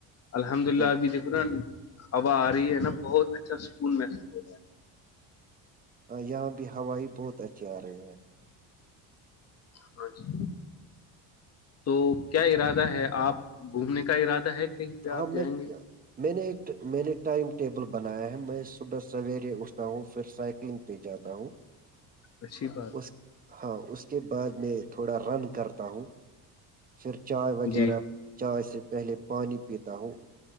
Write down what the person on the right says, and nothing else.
بالکل
یہا بھی ہوائائی بہت اچھی آہی
ہم
میں کیا
میں نے ایک میں نے ٹائم ٹیبل بنایا ہے میں صبح سویرے اٹھتا ہوں پھر سائیکلنگ پہ جاتا ہوں
اس
ہاں اس کے بعد میں تھوڑا رن کرتا ہوں پھر چائے وغیرہ
چائے سے پہلے پانی پیتا ہوں